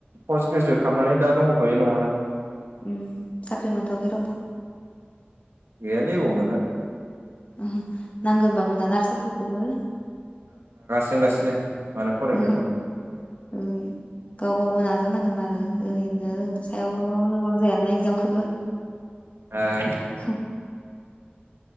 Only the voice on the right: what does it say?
पस्ट ग्रेजुयेट खालामनानै दा दङख'यो न'आवनो
गेयालै अबाव मोनानो।
सोंगासिनो माला फरायगोन
होन्नानै।
ओ